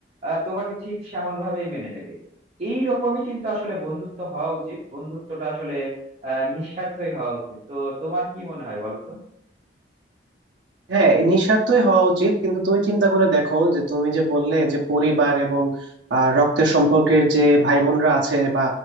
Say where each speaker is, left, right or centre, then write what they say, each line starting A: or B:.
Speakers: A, on the right; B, on the right.
A: আহ, তোমাকে ঠিক সেমন ভাবেই মেনে নেবে এই রকমই কিন্তু আসলে বন্ধুত্ব হওয়া উচিত বন্ধুত্বটা আসলে আহ নিঃস্বার্থই হওয়া উচিত তো তোমার কি মনে হয় বলো তো
B: হ্যাঁ এই নিঃস্বার্থই হওয়া উচিত কিন্তু তুমি চিন্তা করে দেখো যে তুমি যে বললে যে পরিবার এবং আহ, রক্তের সম্পর্কের যে ভাই বোনরা আছে বা